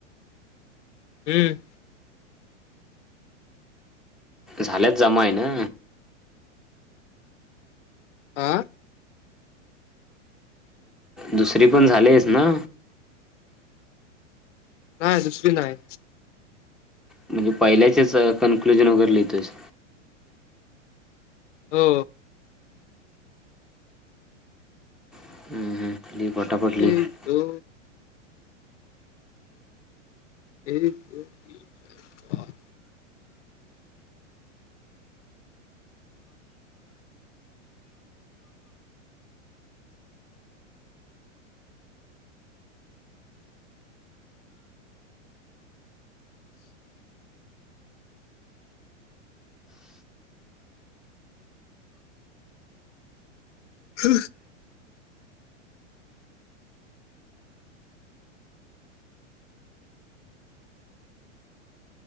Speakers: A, on the left (about 70°); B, in the centre.
A: हम्म
B: झालेच जमाय ना
A: आ
B: दुसरी पण झालीच ना
A: नाही दुसरी नाही
B: म्हणजे पहिल्याचेच कन्क्लुजन वगैरे लिहितोच
A: हो
B: हम्म, हम्म. लिह पटापट लिह
A: एक दो एक द ह